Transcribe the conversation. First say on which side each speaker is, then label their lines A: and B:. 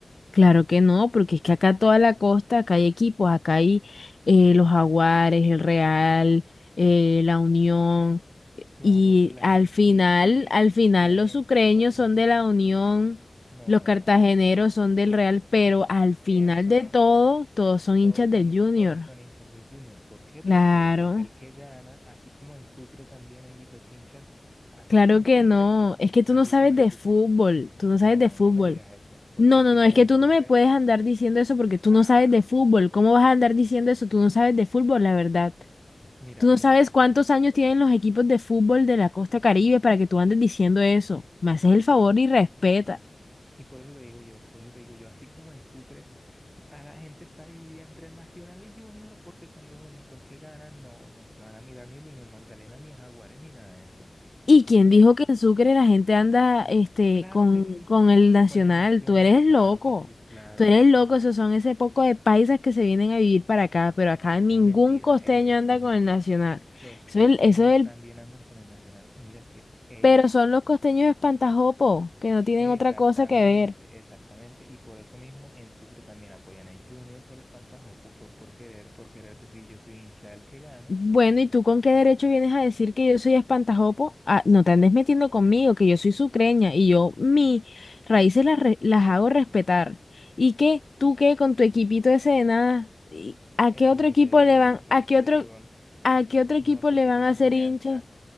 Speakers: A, on the left; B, in the centre.
A: Claro que no, porque es que acá toda la costa, acá hay equipos, acá hay eh, los Jaguares, el Real, eh, la Unión, eh,
B: claro,
A: y
B: y la
A: al
B: gente,
A: final,
B: y, y,
A: al final
B: y la
A: los
B: gente
A: sucreños
B: de cuál es
A: son
B: hincha,
A: de la Unión,
B: no,
A: los
B: no,
A: cartageneros
B: no,
A: son del Real, pero al final
B: eso
A: de
B: no.
A: todo, todos son
B: Todos
A: hinchas
B: son,
A: del Junior.
B: todos son hinchas del Junior. ¿Por qué? Porque
A: Claro,
B: ese es el que gana, así como en Sucre también hay los hinchas, así
A: claro
B: como en
A: que
B: Sucre,
A: no, es que tú
B: así
A: no sabes
B: como en
A: de
B: Sucre.
A: fútbol, tú no
B: No,
A: sabes de
B: no,
A: fútbol.
B: no me digas eso, porque
A: No,
B: así
A: no, no,
B: como
A: es que
B: en
A: tú
B: Sucre,
A: no me puedes andar diciendo eso porque tú
B: ah,
A: no sabes de fútbol. ¿Cómo vas a andar diciendo eso? Tú no sabes de fútbol, la verdad.
B: mira,
A: Tú no
B: mira,
A: sabes cuántos años tienen los equipos de fútbol de la Costa Caribe para que tú andes diciendo eso. Me haces
B: pero
A: el favor
B: por eso,
A: y respeta.
B: y por eso te digo yo, por eso te digo yo, así como en Sucre, a la gente está dividida entre Nacional y Junior porque son los únicos que ganan, no, no se van a mirar ni el Unión Magdalena, ni el Jaguares, ni nada de eso.
A: ¿Y quién
B: Eh,
A: dijo que en Sucre la gente anda este,
B: claro
A: con,
B: que sí,
A: con el Nacional?
B: con el Nacional,
A: Tú eres
B: claro
A: loco.
B: que sí, claro
A: Tú eres
B: que sí.
A: loco, esos son ese poco de paisas que se vienen a vivir para acá, pero acá
B: Eso
A: ningún
B: es mentira,
A: costeño
B: eso
A: anda
B: es mentira.
A: con el Nacional.
B: Los costeños
A: Eso es, eso es
B: también andan con el Nacional. Mira que, ey,
A: Pero son los costeños espantajopos, que no tienen
B: exactamente,
A: otra cosa que ver.
B: exactamente. Y por eso mismo en Sucre también apoyan al Junior por espantajopo, por, por querer, por querer decir yo soy hincha del que gana.
A: Bueno, ¿y tú con qué derecho vienes a decir que yo soy espantajopo? Ah, no te andes metiendo conmigo, que yo soy sucreña y yo mis raíces las, re- las hago respetar. ¿Y qué? ¿Tú qué con tu equipito ese de nada? ¿Y ¿A
B: Eso
A: qué otro
B: es lo que
A: equipo
B: te digo,
A: le van,
B: eso es
A: a
B: lo que
A: qué
B: te
A: otro,
B: digo.
A: a qué otro
B: Nosotros
A: equipo le
B: sí
A: van
B: tenemos
A: a hacer
B: lealtad,
A: hinchas?